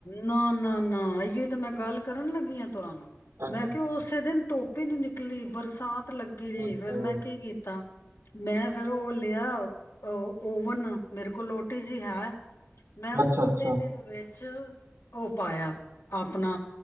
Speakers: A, on the left; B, on the right.
A: ਨਾ ਨਾ ਨਾ ਏ ਅ ਮੈਂ ਗੱਲ ਕਰਨ ਲੱਗੀ ਹਾਂ ਤੁਹਾਨੂੰ
B: ਅੱਛਾ ਅੱਛਾ
A: ਮੈਂ ਕਿਹਾ ਉਸੇ ਦਿਨ ਧੁੱਪ ਨਿਕਲੀ ਬਰਸਾ ਲੱਗੀ ਰਹੀ
B: ਦਸ ਤੋਂ
A: ਫੇਰ ਮੈਂ ਕੀ ਕੀਤਾ? ਮੈਂ ਫਿਰ ਉਹ ਲਿਆ ਉਹ ਓਵਨ ਮੇਰੇ ਕੋਲ ਉਟੀਜ਼ੀ ਹੈ। ਮੈਂ
B: ਅੱਛਾ
A: ਓਟਿਜੀ
B: ਅੱਛਾ
A: <unintelligible> ਚ, ਉਹ ਪਾਇਆ ਆਪਣਾ